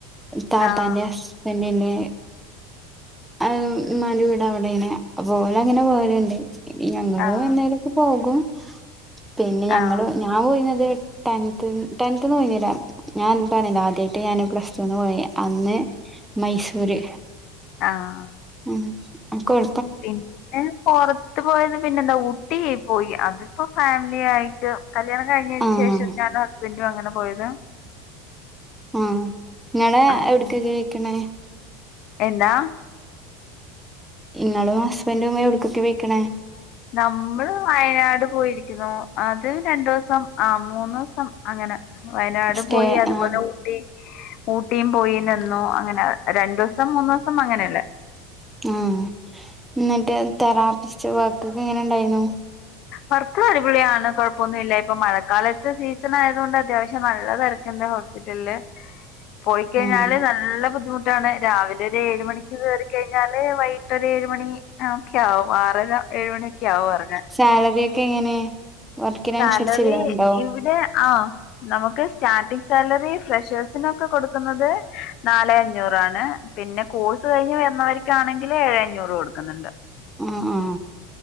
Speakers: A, in the centre; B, on the left (about 50°).
A: ഇത്താത്താന്റെ
B: ആഹ്
A: ഹസ്ബൻ്റ്ൻ്റെ അഹ് ഇമ്മാന്റെ വീട് അവിടേണ് അപ്പോ ഓളങ്ങനെ പോവലുണ്ട്. ഞങ്ങളും
B: ആഹ്
A: എന്നേലൊക്കെ പോകും പിന്നെ ഞങ്ങള്
B: ആഹ്
A: ഞാൻ പോയിന്നത് ടെൻത് ടെൻത് ന്ന് പോയിന്നീല്ല ഞാൻ പറഞ്ഞില്ലേ ആദ്യാട്ട് ഞാന് പ്ലസ് ടൂന്ന് പോയ അന്ന് മൈസൂര്
B: ആഹ്
A: ഉം കൊഴ
B: പിന്നെ പൊറത്ത് പോയത് പിന്നെന്താ ഊട്ടി പോയി അത് ഇപ്പൊ ഫാമിലി ആയിട്ട് കല്യാണം കഴിഞ്ഞതിന്
A: ആഹ്
B: ശേഷം ഞാനും ഹസ്ബൻഡും അങ്ങനെ പോയതാ
A: ആഹ് നിങ്ങളെ
B: അത്
A: എവിടക്കാക്കേക്കണേ?
B: എന്താ
A: നിങ്ങളും ഹസ്ബൻഡും എവിടക്കൊക്കെ പോയ്‌ക്കണേ?
B: നമ്മള് വയനാട് പോയിരിക്കുന്നു അത് രണ്ടൂസം ആ മൂന്നൂസം അങ്ങനെ വയനാട്
A: സ്റ്റേ
B: പോയി അതുപോലെ
A: ആഹ്
B: ഊ ട്ടീ ഊട്ടിയും പോയി നിന്നു അങ്ങനെ രണ്ടൂസം മൂന്നൂസം അങ്ങനെയല്ലേ
A: ഉം എന്നിട്ട് തെറാപ്പിസ്റ്റ് വർക്കൊക്കെ എങ്ങനെ ഉണ്ടായീന്നു?
B: വർക്ക് അടിപൊളിയാണ്, കൊഴപ്പൊന്നൂല്യ ഇപ്പൊ മഴക്കാലത്ത് സീസണായതുകൊണ്ട് അത്യാവശ്യം നല്ല തിരക്കുണ്ട് ഹൗസ് ഹോസ്പിറ്റലില്
A: <inaudible>
B: പോയിക്കഴിഞ്ഞാല്
A: ഉം
B: നല്ല ബുദ്ധിമുട്ടാണ്. രാവിലെ ഒരു ഏഴ് മണിക്ക് കേറിക്കഴിഞ്ഞാൽ വൈകിട്ട് ഒരേഴ് മണി ഒക്കെയാവും ആറര. ഏഴ് മണിയൊക്കെ ആവും എറങ്ങാൻ.
A: സാലറിയൊക്കെ എങ്ങനെ വർക്കിനനുസരിച്ചല്ലേ
B: സാലറി
A: ഉണ്ടോ
B: ഇവിടെ, ആഹ് നമുക്ക് സ്റ്റാർട്ടിങ് സാലറി ഫ്രഷേഴ്സിനൊക്കെ കൊടുക്കുന്നത് നാല് അഞ്ഞൂറാണ് പിന്നെ കോഴ്സ് കഴിഞ്ഞ് വരുന്നവര്ക്കാണെങ്കില് ഏഴ് അഞ്ഞൂറ് കൊടുക്കുന്നുണ്ട്
A: ഉം ഉം